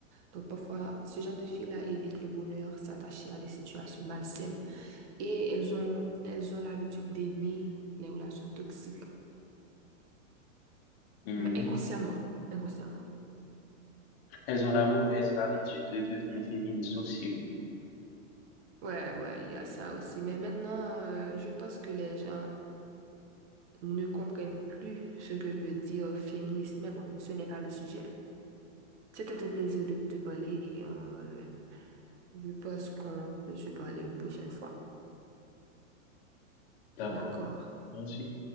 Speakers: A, on the right; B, on the left.
A: Donc parfois, ce genre de filles-là évitent le bonheur, s'attacher à des situations malsaines et elles ont elles ont l'habitude d'aimer les relations toxiques,
B: mhm.
A: mais inconsciemment, inconsciemment.
B: Elles ont la mauvaise habitude de devenir féministes aussi.
A: Ouais, ouais, il y a ça aussi. Mais maintenant, euh, je pense que les gens ne comprennent plus ce que veut dire féministe. Mais bon, ce n'est pas le sujet. C'était un plaisir de te parler. euh, je pense qu'on peut se parler une prochaine fois.
B: D'accord.
A: D'accord.
B: Merci.